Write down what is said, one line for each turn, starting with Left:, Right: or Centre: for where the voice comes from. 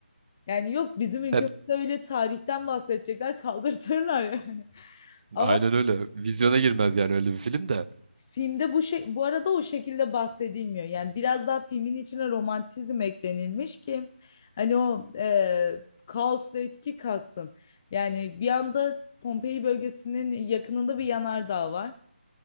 Left: Yani yok bizim ülkemizde
Right: Hep
Left: öyle tarihten bahsedecekler kaldırtırlar yani. <laughs> Ama
Right: aynen öyle. Vizyona girmez yani öyle bir film de.
Left: Filmde bu şey bu arada o şekilde bahsedilmiyor. Yani biraz daha filmin içine romantizm eklenilmiş ki hani o e, kaosla etki kalksın. Yani bir anda Pompei bölgesinin yakınında bir yanardağ var